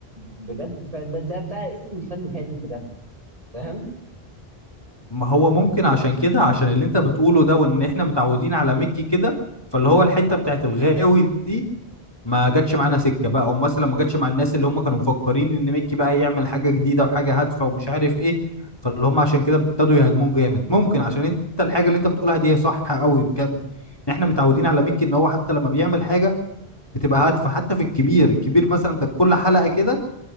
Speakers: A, on the right; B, on the left.
A: بجد فده ده بقى اسم الفن الهادف بجد فاهم
B: ما هو ممكن عشان كده عشان اللي انت بتقوله ده وان احنا متعودين على ميكي كده فاللي هو الحته بتاعت الغاوي دي ما جاتش معانا سكه بقى او مثلا ما جاتش مع الناس اللي هم كانوا مفكرين ان ميكي بقى هيعمل حاجه جديده وحاجه هادفه ومش عارف ايه فاللي هم عشان كده ابتدوا يهاجموه جامد ممكن عشان انت الحاجه اللي انت بتقولها دي هي صح قوي بجد ان احنا متعودين على ميكي ان هو حتى لما بيعمل حاجه بتبقى هادفه حتى في الكبير الكبير مثلا كانت كل حلقه كده